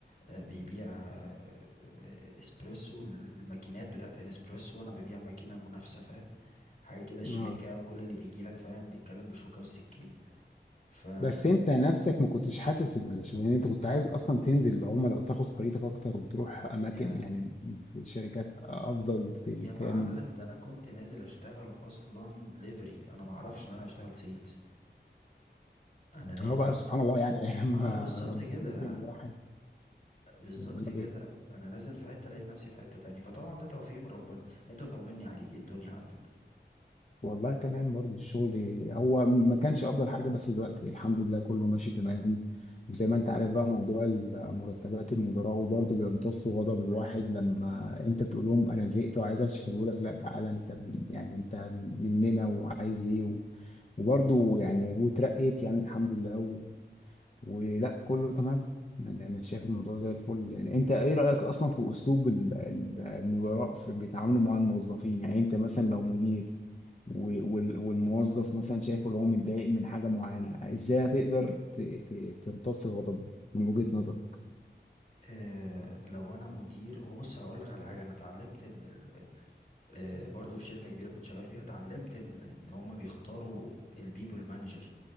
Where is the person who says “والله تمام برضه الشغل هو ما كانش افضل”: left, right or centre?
Left